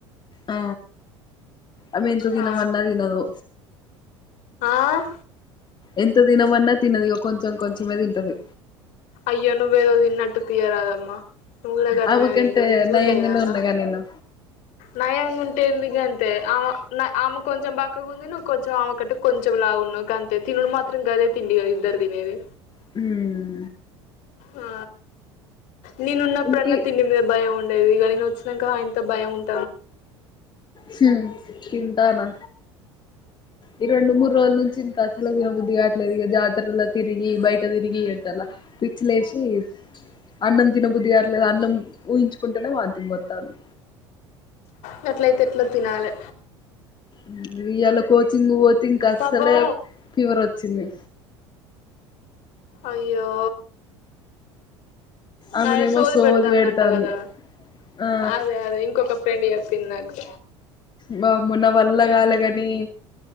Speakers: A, on the left; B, on the left.
A: ఆ ఆమేంత తినమన్నా
B: ఆ
A: తినదు
B: ఆ
A: ఎంత తినమన్నా తినదు ఇగ కొంచెం కొంచమే తింటది
B: అయ్యో నువ్వేదో తిన్నట్టు తియ్యరాదమ్మ నువ్వు గూడ గట్లనే
A: ఆమెకంటే
B: తింటవ్ నేను చూడలేదానా
A: నయంగానే ఉన్నగా నేను
B: నయంగుం టెంది గంతే ఆమె న ఆమె కొంచెం బక్కగుంది నువ్వు కొంచెం ఆమె కంటే కొంచెం లావున్నవ్ గంతే తిన్ నుడు మాత్రం గదే తిండి ఇగ ఇద్దరు తినేది
A: మ్
B: ఆ నేనున్నప్పుడన్న
A: ఇంకి
B: తిండి మీద భయం ఉండేది ఇగ నినొ చ్చినంక అయింత భయం ఉన్
A: హుమ్ తింటానా ఈ రెండు మూడు రోజుల నుంచి ఇంకసలే తినబుద్ది గాట్లేదు ఇగ జాతరలో తిరిగి బయట్ టతిరిగి ఎండల పిచ్చిలేశి అన్నం తినబుద్దిగాట్లేదు అన్నం ఊహించుకుంటేనే వాంతింగ్ వత్తాంది
B: గట్లయితే ఎట్ల తినాలే
A: మ్ ఇయ్యల కోచింగు పొతే ఇంకస్సలే
B: పాపం
A: ఫీవర్ వచ్చింది
B: అయ్యో
A: ఆమెనేమో
B: అదే సోదిబెడుతాందంట
A: సోది పెడతాంది
B: గదా
A: ఆ
B: అదే అదే ఇంకొక ఫ్రెండ్ చెప్ తిన్నక్
A: బా మ్మో నా వాళ్ళ గాలేగనీ